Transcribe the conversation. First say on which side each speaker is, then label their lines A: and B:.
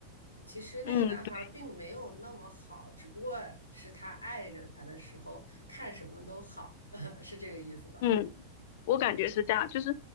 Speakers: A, on the left (about 85°); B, on the left (about 50°).
A: 其实那个男孩并没有那么好，
B: 嗯，对
A: 只不过是她爱着他的时候，看什么都好，<laughs> 是这个意思吧？
B: 嗯，我感觉是这样，就是，